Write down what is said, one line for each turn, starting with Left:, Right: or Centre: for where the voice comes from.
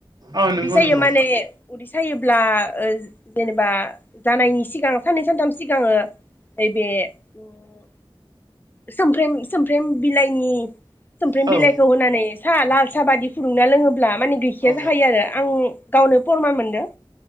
Right: औ नंगौ
Left: उदै सायो
Right: नंगौ
Left: माने उदै सायोब्ला जेनेबा जानायनि सिगां साननै सानथाम सिगाङो नैबे उम सोमफ्रेम सोमफ्रम बिलाइनि सोमफ्रम
Right: औ
Left: बिलाइखौ होनानै सा लाल साह बादि फुुंदुंना लोङो ब्ला माने गैखाया
Right: औ
Left: जाखायो आरो आं गावनो फरमान मोनदो